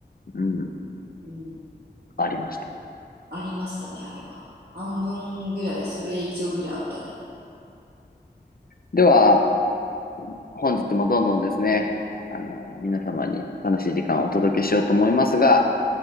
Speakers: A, on the left; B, on the right.
A: うん。
B: うん。
A: ありました。
B: ありましたね、あれは。半分ぐらい、それ以上ぐらいあったね。
A: では、本日もどんどんですね、あの、皆様に楽しい時間をお届けしようと思いますが、